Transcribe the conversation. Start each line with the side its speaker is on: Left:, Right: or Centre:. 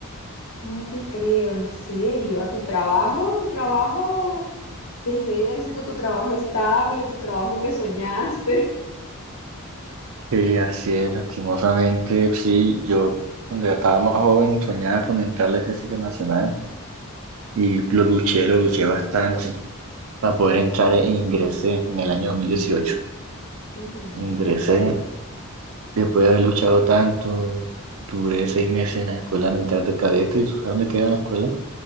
Left: No te creo, en serio, a tu trabajo, tu trabajo de ejército, tu trabajo estable, tu trabajo que soñaste.
Right: Sí, así es, lastimosamente. Sí, yo cuando ya estaba más joven soñaba con entrar al Ejército Nacional y lo luché, lo luché bastante para poder entrar e ingresé en el año 2018.
Left: <laughs> Ujú.
Right: Ingresé después de haber luchado tanto. Duré seis meses en la escuela militar de cadete. ¿Sabes dónde queda la escuela?